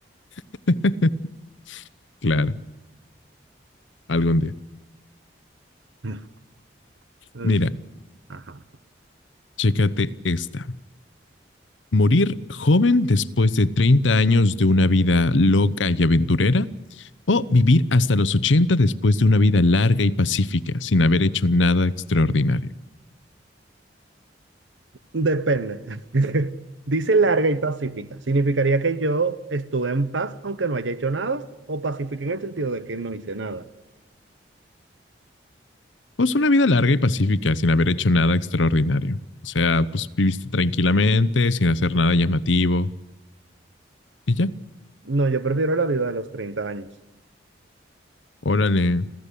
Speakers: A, on the left; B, on the right.
A: <laughs> claro, algún día.
B: <laughs> Pues,
A: Mira,
B: ajá.
A: chécate esta. ¿Morir joven después de 30 años de una vida loca y aventurera? ¿O vivir hasta los 80 después de una vida larga y pacífica sin haber hecho nada extraordinario?
B: Depende. <laughs> Dice larga y pacífica. Significaría que yo estuve en paz aunque no haya hecho nada, o pacífica en el sentido de que no hice nada.
A: Pues una vida larga y pacífica sin haber hecho nada extraordinario. O sea, pues viviste tranquilamente, sin hacer nada llamativo y ya.
B: No, yo prefiero la vida de los 30 años.
A: Órale,